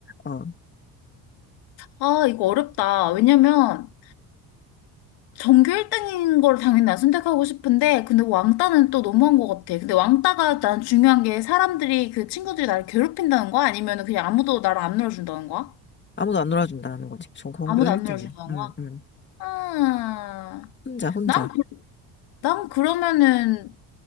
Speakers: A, on the left; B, on the left.
A: 어,
B: 아, 이거 어렵다. 왜냐면, 전교 1등인 걸 당연히 난 선택하고 싶은데, 근데 왕따는 또 너무한 것 같아. 근데 왕따가 난 중요한 게 사람들이, 그 친구들이 나를 괴롭힌다는 거야? 아니면 그냥 아무도 나를 안 놀아준다는 거야?
A: 아무도 안 놀아준다 하는 거지. 전 전교
B: 아무도
A: 1등이야.
B: 안 놀아준다는
A: 응,
B: 거야?
A: 응.
B: 아,
A: 혼자, 혼자.
B: 난, 그- 난 그러면은